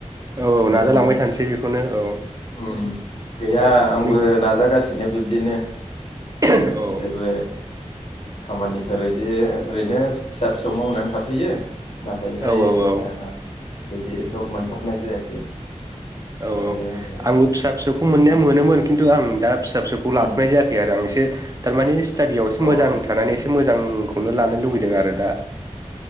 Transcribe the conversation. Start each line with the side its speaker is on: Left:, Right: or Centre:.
Right: औ औ
Left: बिदिनो
Right: नाजालांबाय थानोसै बेखौनो औ
Left: उम गैया
Right: औ
Left: आंबो
Right: नों
Left: नाजागासिनो बिब्दिनो।
Right: औ
Left: जेबो खामानि फोर बिदि ओरैनो फिसा फिसौ मावनानै थाथ'यो। नाथायहाय
Right: औ औ औ
Left: आ। बिदि जब मोनथारनाय जायाखै।
Right: औ औ
Left: बे आरो
Right: आंबो फिसा फिसौ मोननाया
Left: उम
Right: मोनोमोन खिन्थु आं दा फिसा फिसौखौ लाथ'नाय
Left: उम
Right: जायाखै आरो आं एसे तारमानेस स्टाडियाव एसे
Left: अ
Right: मोजां थानानै एसे मोजांखौ खौनो लानो लुबैदों आरो दा